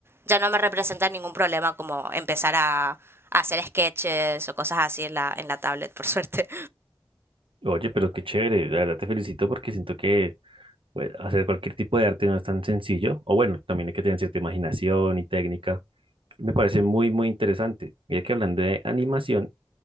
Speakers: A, on the right; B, on the right.
A: ya no me representa ningún problema como empezar a, a hacer sketches o cosas así en la, en la tablet, por suerte.
B: Oye, pero qué chévere, la verdad te felicito porque siento que pues, hacer cualquier tipo de arte no es tan sencillo, o bueno, también hay que tener cierta imaginación y técnica. Me parece muy, muy interesante. Mira que hablando de animación,